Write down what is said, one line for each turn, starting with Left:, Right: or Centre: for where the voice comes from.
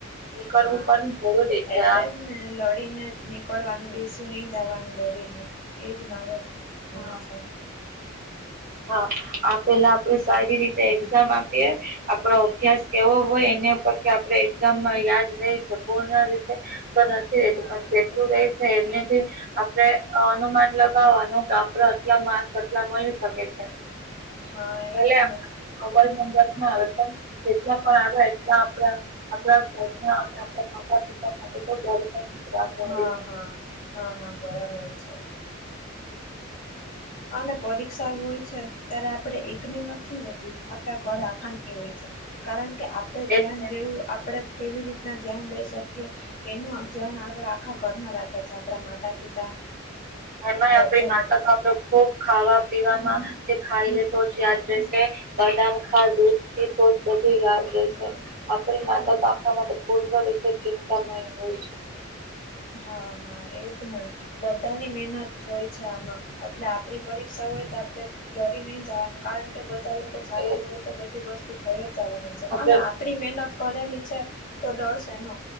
Right: નીકરવું
Left: હા
Right: પણ જરૂરી છે
Left: એટલે
Right: <unintelligible>
Left: જ ને લડીને જ નીકળવાનું બેસી નહી જવાનું ડરીને એ જ મારો <unintelligible>
Right: હા હા આપેલા આપડે સારી રીતે એક્ઝામ આપીએ. આપડો અભ્યાસ કેવો હોય એના પછી આપડે એક્ઝામમાં યાદ રહી છે પૂર્ણ રીતે તો નથી રેતું
Left: હા
Right: પણ જેટલું રેય છે એમનેથી આપડે અનુમાન લગાવવાનું કે આપડે આટલા માર્કસ આટલા મળી શકે છે.
Left: હા
Right: ભલે
Left: એજ ને
Right: <unintelligible> આવે પણ એટલા પણ આવે એટલા આપડે આપણા ઘરના માતા પિતા માટે ની વાત હોય
Left: હા હા હા હા બરાબર છે. અને પરીક્ષા હોય છે ત્યારે આપડે એકની નથી હોતી આપણા ઘર આખાની હોય છે. કારણ કે આપડે ધ્યાન
Right: છે.
Left: દેવું આપડે કેવી રીતના ધ્યાન દઈ શકીએ. એનું ધ્યાન આપડા આખા ઘરના રાખે છે આપણા માતા પિતા
Right: એમાંય
Left: બધા
Right: આપડી માતા
Left: લોકો
Right: તો આપડે ખુબ ખાવા પીવામાં ખાઈ લે તો જ યાદ રહેશે બદામ ખા દૂધ પી તો જ બધું યાદ રેસે
Left: હા
Right: આપરી માતા
Left: એ
Right: તો
Left: જ
Right: આપણા માટે પૂર્વ રીતે ચિંતામય હોય છે.
Left: હા હા એજ ને બધાની મહેનત હોય છે આમાં એટલે આપણી પરીક્ષા હોય તો આપણે ડરી નહી જવાનું કારણ કે બધા લોકો સાથે
Right: એ
Left: હોય તો બધી વસ્તુ થય જ આવવાની છે
Right: આપણે
Left: અને આપડી મહેનત કરેલી છે તો ડર શેનો